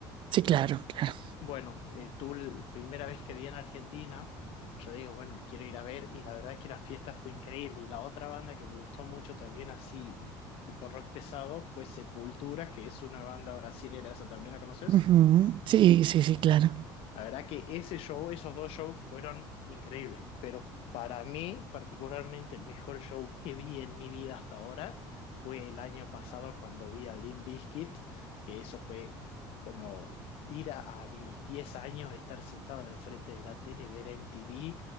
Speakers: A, on the right (about 55°); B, on the left (about 70°).
A: Sí, claro, claro.
B: Bueno, eh, Tool, primera vez que vi en Argentina, yo digo, bueno, quiero ir a ver y la verdad que la fiesta fue increíble. Y la otra banda que me gustó mucho también así, tipo rock pesado, fue Sepultura, que es una banda brasilera, ¿esa también la conoces?
A: Ujú, Sí, sí, sí, claro.
B: La verdad que ese show, esos dos shows fueron increíbles, pero para mí particularmente el mejor show que vi en mi vida hasta ahora fue el año pasado cuando vi a Limp Bizkit, que eso fue como ir a, a mis 10 años, estar sentado enfrente de la tele, ver MTV,